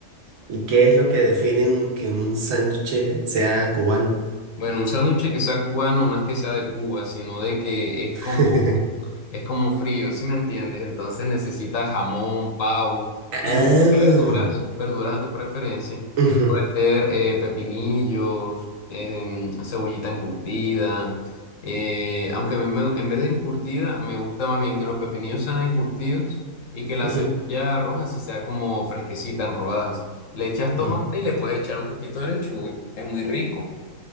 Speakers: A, on the right; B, on the left.
A: ¿Y qué es lo que define un- que un sándwich sea cubano?
B: Bueno, un sándwich que sea cubano no es que sea de Cuba, sino de que es
A: <laughs>
B: como es como frío, ¿sí me entiendes? Entonces necesitas jamón, pavo y,
A: Ah,
B: y verduras, verduras de tu preferencia.
A: ujú,
B: Puede ser eh, pepinillos, em, cebollita encurtida. eh, aunque a mí me- en vez de encurtida, me gusta más bien que los pepinillos sean encurtidos y que la
A: ujú,
B: cebolla roja sí sea como fresquecita en rodajas. Le echas
A: mm,
B: tomate y le puedes echar un poquito de lechuga. Es muy rico.